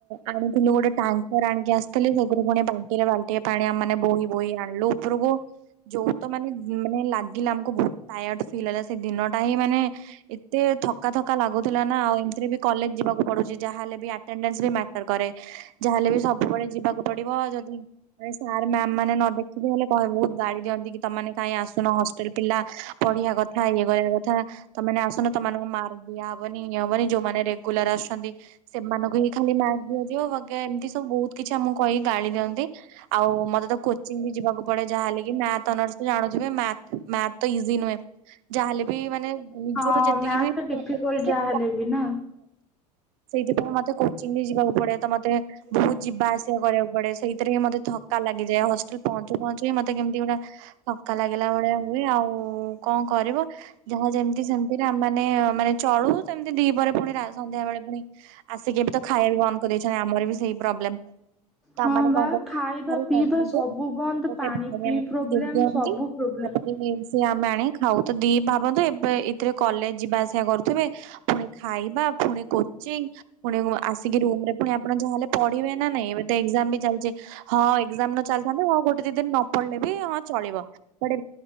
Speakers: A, on the right; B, in the centre.
A: ଆଣିଥିଲୁ ଗୋଟେ ଟାଙ୍କର ଆଣିକି ଆସିଥିଲେ ସେଥିରୁ ପୁଣି ପା ବାଲ୍ଟି ରେ ବାଲ୍ଟିଏ ପାଣି ଆମ ମାନେ ବୋହି ବୋହି ଆଣିଲୁ ଉପରକୁ ଯୋଉ ତ ମାନେ ମାନେ ଲାଗିଲା ଆମକୁ ବହୁତ ଟାୟାର୍ଡ ଫିଲ୍ ହେଲା ସେ ଦିନଟା ହିଁ ମାନେ। ଏତେ ଥକା ଥକା ଲାଗୁଥିଲା ନା ଆଉ ଏମିତିରେ ବି କଲେଜ ଯିବାକୁ ପଡୁଛି ଯାହାଲେ ବି ଆଟେଣ୍ଡନେସ ବି ମା ଟର କରେ ଯାହାେଲେ ବି ସବୁବେଳେ ଯିବାକୁ ପଡିବ ଯଦି ସାର୍ ମ୍ୟାମ ମାନେ ନ ଦେଖିଲେ ହେଲେ କହିବେ ବହୁତ ଗାଳି ଦିଅନ୍ତି କି ତମେମାନେ ଆସୁନ ହଷ୍ଟେଲ ପିଲା ପଢିବା କଥା ଇଏ କରିବା କଥା। ତମେ ଆସନ ତମମାନଙ୍କୁ ମାର୍କ ଦିଆହବନି ଇଏ ହବନି ଯୋଉମାନେ ରେଗୁଲାର ଆସୁଛନ୍ତି। ସେମାନଙ୍କୁ ହିଁ ଖାଲି ମ୍ୟାକ୍ ଦିଆଯିବ ବଗେ ଏମିତି ସବୁ ବହୁତ କିଛି ଆମକୁ କହିକି ଗାଳି ଦିଅନ୍ତି। ଆଉ ମତେ ତ କୋଚିଂ ବି ଯିବାକୁ ପଡେ ଯାହାହଲେ କି ମ୍ୟାଥ ଅନର୍ସ। ଜାଣୁଥିବେ ମ୍ୟାଥ ମ୍ୟାଥ ତ ଇଜିି ନୁହେଁ। ଯାହାେଲେ ବି ମାନେ ନିଜରୁ
B: ହଁ
A: ଯେତିକି
B: ମ୍ୟାଥ
A: ବି
B: ତ ଡିଫିକଲ୍ଟ
A: କରଛି ସେ
B: ଯାହାହେଲେ ବି ନା
A: ସେଇଥିପାଇଁ ମତେ କୋଚିଂ ବି ଯିବାକୁ ପଡିବ ତ ମତେ ବହୁତ ଯିବା ଆସିବା କରିବାକୁ ପଡେ ସେଇଥିରେ ହ ମତେ ଥକା ଲାଗିଯାଏ ହଷ୍ଟେଲ ପହଞ୍ଚୁ ପହଞ୍ଚୁି ମତେ କେମିତି ଗୁଟା ଥକା ଲାଗିଲା ଭଳିଆ ହୁଏ ଆଉ କଣ କରିବ ଯାହା ଯେମିତି ସେମିତିରେ ମାନେ ମାନେ ଚଳୁ ସେମତି ଦି ପରେ ପୁଣି ସନ୍ଧ୍ୟା ବେଳେ ପୁଣି ଆସିକି ବି ତ ଖାଇବା ବି ବନ୍ଦ କରିଦେଇଛନ୍ତି ଆମର ବି ସେଇ ପ୍ରୋବ୍ଲେମ। ତାମାନେ
B: ହଁ ବା
A: କଣ
B: ଖାଇବା
A: କର
B: ପିଇବା
A: ତା
B: ସବୁ
A: ତୁ
B: ବନ୍ଦ
A: <inaudible> ଭାଇ
B: ପାଣି ପିଇ ପ୍ରୋବ୍ଲେମ
A: ତାପରେ
B: ସବୁ ପ୍ରୋବ୍ଲେମ।
A: ସିଏ ଆମେ ଆଣି ଖାଉ ତ ଦି ଭାବନ୍ତୁ ଏବେ ରେ କଲେଜ ଯିବା ଆସିବା କରୁଥିବେ, ପୁଣି ଖାଇବା, ପୁଣି କୋଚିଂ ପୁଣି ଆସିକି ରୁମ ରେ ପୁଣି ଆପଣ ଯାହାେଲେ ପଢିବେ ନା ନାଇ ଏବେ ତ ଏଜାମ ବି ଚାଲିଛି। ହଁ ଏଜାମ ନ ଚାଲିଥାନ୍ତ ହଁ ଗୋଟେ ଦତିନି ଦିନ ନ ପଡିଲେ ବି ହଁ ଚଳିବ। ବଟ